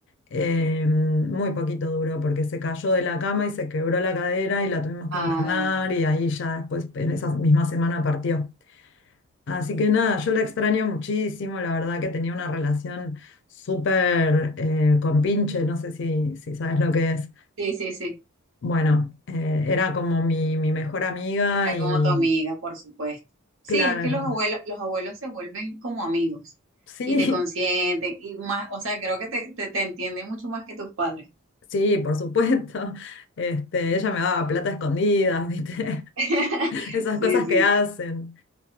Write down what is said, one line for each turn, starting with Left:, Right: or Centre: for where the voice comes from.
Left: eh, muy poquito duró porque se cayó de la cama y se quebró la cadera y la tuvimos que internar
Right: Ay,
Left: y ahí ya después, en esa misma semana, partió. Así que nada, yo
Right: sí,
Left: la extraño muchísimo, la verdad que tenía una relación súper eh, con Pinche, no sé si, si sabes lo que es.
Right: sí, sí.
Left: Bueno, eh, era como mi, mi mejor amiga
Right: Era
Left: y
Right: como tu amiga, por supuesto. Sí,
Left: claro,
Right: es que los abuelos, los abuelos se vuelven como amigos
Left: sí,
Right: y te consienten y más, o sea, creo que te, te, te entienden mucho más que tus padres.
Left: <laughs> sí, por supuesto. Este, ella me daba plata escondida, ¿viste?
Right: <laughs>
Left: <laughs> Esas
Right: Sí,
Left: cosas
Right: sí,
Left: que hacen.